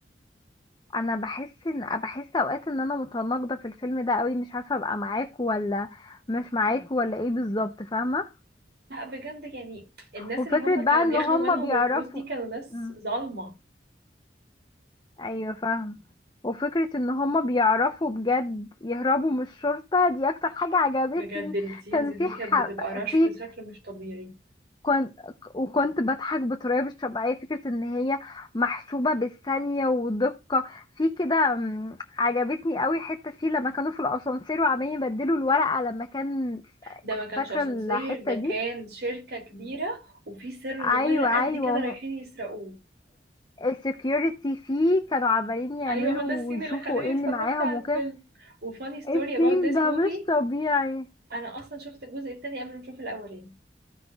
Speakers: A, on the left (about 25°); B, on the right (about 60°).
A: انا بحس ان بحس اوقات ان انا متناقضه في الفيلم ده قوي مش عارفه ابقى معاك ولا مش معاك ولا ايه بالظبط فاهمه
B: لا بجد يعني الناس
A: وفكره
B: اللي هما كانوا
A: بقى ان
B: بياخدوا
A: هما
B: منهم
A: بيعرفوا
B: الفلوس دي كانوا ناس
A: مم.
B: ظالمة
A: ايوه فاهم وفكره ان هما بيعرفوا بجد يهربوا من الشرطه دي اكتر حاجه عجبتني
B: بجد السينز
A: كان
B: دي
A: في ح...
B: كانت بتبقى رش
A: في
B: بشكل مش طبيعي
A: كنت وكنت بضحك بطريقة مش طبيعية فكرة ان هي محسوبة بالثانية ودقة في كده أم، عجبتني قوي حتة فيه لما كانوا في الاسانسير وعمالين يبدلوا الورقة لما كان
B: ده ما كانش
A: فاكرة
B: اسانسير
A: الحتة
B: ده كان
A: دي
B: شركة كبيرة وفي سر صغير
A: ايوه
B: قد
A: ايوه
B: كده رايحين يسرقوه
A: السكيورتي فيه كانوا عمالين يعملوا
B: ايوه هو ده السين
A: ويشوفوا
B: اللي خلاني
A: ايه
B: اتفرجت
A: اللي معاهم
B: على
A: وكده
B: الفيلم وفاني ستوري
A: السين
B: about this
A: ده
B: movie
A: مش طبيعي
B: انا اصلا شفت الجزء التاني قبل ما اشوف الاولاني